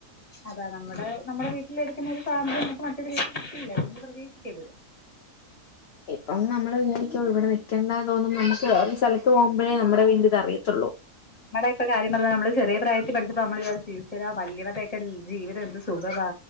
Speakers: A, on the left; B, on the left.
A: അതാ നമ്മടെ നമ്മടെ വീട്ടിലെടുക്കുന്ന ഒരു സ്വാതന്ത്ര്യം നമുക്ക് മറ്റൊരു വീട്ടി കിട്ടില്ല അതുകൊണ്ട് പ്രതീക്ഷിക്കര്ത്
B: ഇപ്പം നമ്മള് ഇങ്ങനെ വിജാ രിക്കും ഇവടെ നിക്കേണ്ടാന്ന് തോന്ന്മ്പൊ നമുക്ക് വേറൊരു സ്ഥലത്ത് പോകുമ്പഴേ നമ്മുടെ വീടിൻ്റത് അറിയത്തൊള്ളൂ
A: നമ്മടെയൊക്കെ കാര്യം പറഞ്ഞാ നമ്മള് ചെറിയ പ്രായത്തി പഠിച്ചപ്പൊ നമ്മള് വിചാരി ഈശ്യരാ വല്ല്യവരുടെയൊക്കെ ജീവിതം എന്ത് സുഖവാ